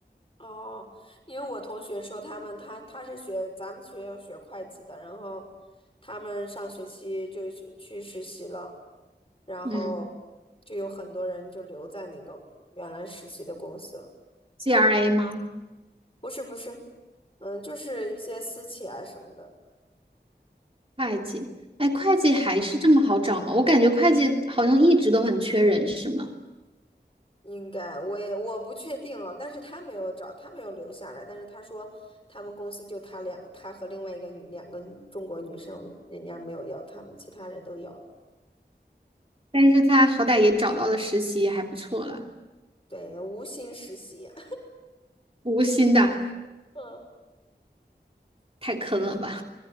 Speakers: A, on the left; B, on the right.
A: 哦，因为我同学说他们他他是学咱们学校学会计的，然后他们上学期就去去实习了，然后就有很多人就留在那个原来实习的公司了。
B: 嗯 g r a 吗？
A: 不是不是，嗯，就是一些私企啊什么的，
B: 会计，哎，会计还是这么好找吗？我感觉会计好像一直都很缺人，是吗？
A: 应该我也我不确定啊，但是他没有找，他没有留下来，但是他说他们公司就他两他和另外一个女两个女中国女生，人家没有要他们，其他人都要了。
B: 但是他好歹也找到了实习，也还不错了。
A: 对，无心实习啊。
B: 无薪的，
A: 嗯
B: 太坑了吧，